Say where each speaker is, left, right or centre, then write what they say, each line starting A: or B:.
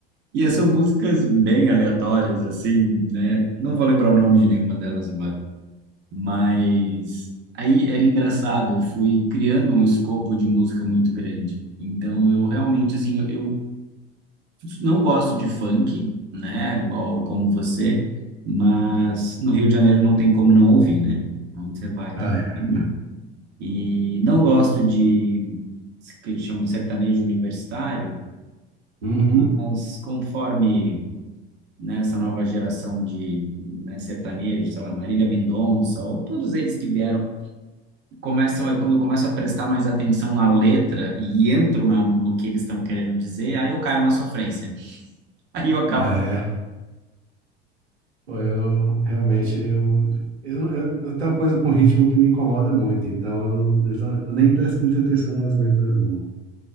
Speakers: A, on the right; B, on the right.
A: E são músicas bem aleatórias, assim, né? Não vou lembrar o nome de nenhuma delas agora. Mas aí era engraçado, eu fui criando um escopo de música muito grande. Então eu realmente, assim, eu, não gosto de funk, né? Igual como você, mas no Rio de Janeiro não tem como não ouvir, né? Onde você vai, tá
B: Ah,
A: todo
B: é.
A: mundo. E não gosto de que eles chamam de sertanejo universitário,
B: Uhum.
A: mas conforme nessa nova geração de né, sertanejo, sei lá, Marília Mendonça, ou todos eles que vieram, começam, aí quando eu começo a prestar mais atenção na letra e entro na, no que eles estão querendo dizer, aí eu caio na sofrência. <laughs> Aí eu acabo.
B: Ah, é. Pô, Eu realmente eu, eu, eu, eu tenho uma coisa com ritmo que me incomoda muito, então eu, eu, já- eu nem presto muita atenção nas letras, não.